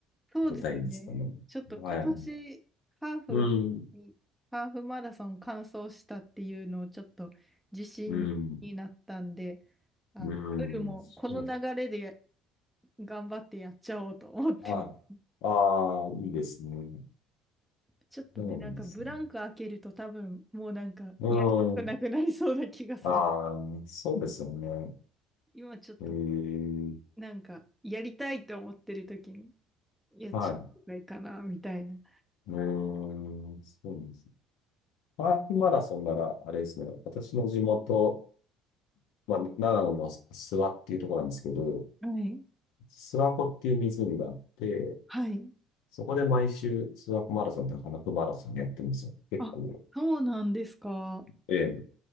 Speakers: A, in the centre; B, on the left.
A: そうですね。
B: 出たいんですかね。
A: ちょっと今年、
B: はい。
A: ハーフに、
B: うん、
A: ハーフマラソン完走したっていうのをちょっと自信になったんで、
B: うん、
A: あの、
B: うん、
A: フルもこの流れでや
B: そうそう
A: 頑張ってやっちゃおうと思ってます、
B: はい。ああ、いいですね。
A: ちょっとね、
B: そうなんですね。
A: なんかブランク開けると多分もうなんかやりたくなくなりそうな気がする。
B: うん。ああ、そうですよね。
A: 今ちょっと
B: ええ
A: なんかやりたいと思ってる時に、いやっちゃったいいかな、
B: はい。う
A: みたいな。
B: ーん、そうですね。ハーフマラソンなら、あれですね、私の地元、まあ、長野の諏訪っていうところなんですけど、
A: はい。
B: 諏訪湖っていう湖があって、
A: はい。
B: そこで毎週諏訪湖マラソンとハーフマラソンやってるんですよ。結構、
A: あ、そうなんですか。
B: ええ、